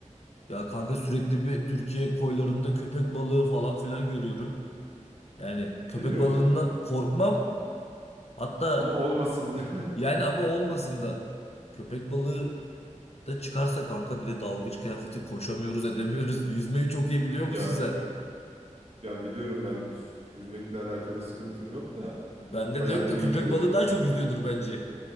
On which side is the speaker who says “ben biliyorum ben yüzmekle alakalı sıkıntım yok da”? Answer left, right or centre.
Right